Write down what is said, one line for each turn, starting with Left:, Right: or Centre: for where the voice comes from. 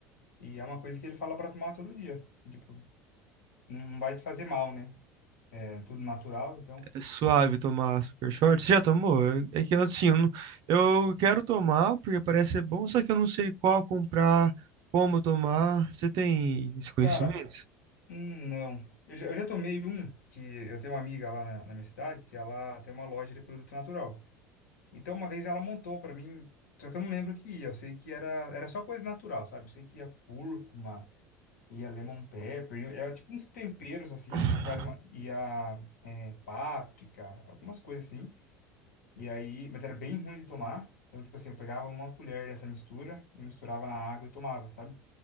Left: E é uma coisa que ele fala pra tomar todo dia. E, tipo, não não vai te fazer mal, né? É tudo natural, então.
Right: É suave tomar super shot. Você já tomou? É é que assim, eu, não- eu quero tomar, porque parece ser bom, só que eu não sei qual comprar, como tomar. Você tem esse conhecimento?
Left: Cara, hum, não. Eu já, eu já tomei um, que eu tenho uma amiga lá na, na minha cidade, que ela tem uma loja de produto natural. Então, uma vez ela montou pra mim, só que eu não lembro o que ia. Eu sei que era, era só coisa natural, sabe? Eu sei que ia cúrcuma, E a lemon pepper, é tipo uns temperos assim,
Right: <sighs>
Left: que se faz uma, e a é, páprica, algumas coisas assim. E aí, mas era bem ruim de tomar. Então, tipo assim, eu pegava uma colher dessa mistura, e misturava na água e tomava, sabe?